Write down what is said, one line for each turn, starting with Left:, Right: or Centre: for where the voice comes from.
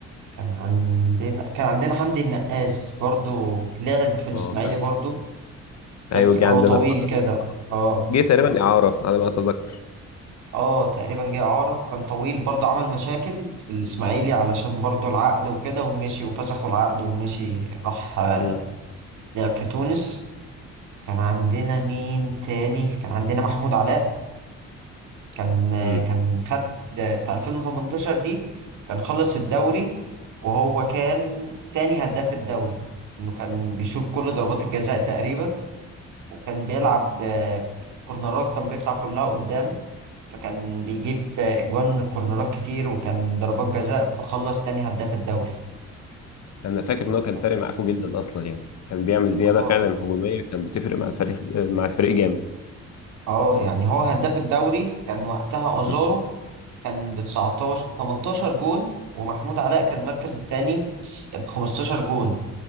Right: كان عندنا كان عندنا حمدي النقاز برضو لعب في الاسماعيلي
Left: اه فاكر.
Right: برضو لعب
Left: ايوه
Right: في
Left: جه
Right: هو
Left: عندنا
Right: طويل
Left: فترة
Right: كده اه
Left: جه تقريبا إعارة على ما أتذكر
Right: اه تقريبا جه اعاره كان طويل برضو عمل مشاكل في الاسماعيلي علشان برضو العقد وكده ومشي وفسخوا العقد ومشي راح آه،
Left: مم.
Right: لعب في تونس كان عندنا مين تاني كان عندنا محمود علاء كان
Left: مم.
Right: كان خد في 2018 دي كان خلص الدوري وهو كان تاني هداف الدوري انه كان بيشوط كل ضربات الجزاء تقريبا وكان بيلعب آه، كورنرات كان بيطلع كلها قدام فكان بيجيب آه، اجوان من الكورنرات كتير وكان ضربات جزاء فخلص تاني هداف الدوري
Left: أنا فاكر
Right: كنت-
Left: إن هو كان فارق معاكم جدا أصلا يعني كان بيعمل زيادة
Right: اه
Left: فعلا هجومية كان بتفرق مع الفريق مع الفريق جامد
Right: اه يعني هو هداف الدوري كان وقتها ازارو
Left: مم.
Right: كان ب 19 18 جون ومحمود علاء كان المركز الثاني ب 15 جون